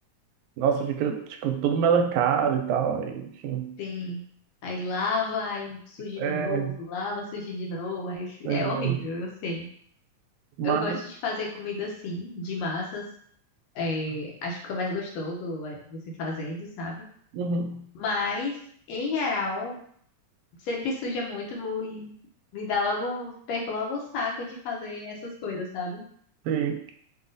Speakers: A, on the right (about 80°); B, on the left (about 70°).
A: nossa, fica, tipo, todo melecado e tal, e, enfim.
B: Sim. Aí lava, aí suja
A: É,
B: de novo, lava, suja de novo, aí f-
A: pois
B: é horrível,
A: é.
B: eu sei.
A: mas,
B: Eu gosto de fazer comida assim, de massas. é, acho que fica mais gostoso é, você fazendo, sabe?
A: uhum,
B: Mas, em geral, sempre suja muito e me dá logo, perco logo o saco de fazer essas coisas, sabe?
A: sei.